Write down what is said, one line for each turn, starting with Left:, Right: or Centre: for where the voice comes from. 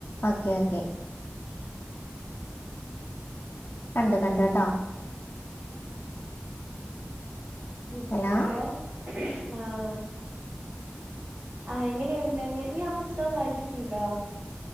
Left: ഓക്കെ ഓക്കെ
Right: <unintelligible>
Left: കണ്ട് കണ്ട് കെട്ടാേ
Right: ഉം
Left: ഹലോ
Right: ഹെലോ ആഹ് ആഹ് എങ്ങെനെയുണ്ട്ഞ്ഞ് നീ ആ പുസ്തകം വായ്ച്ച്ട്ട്ണ്ടോ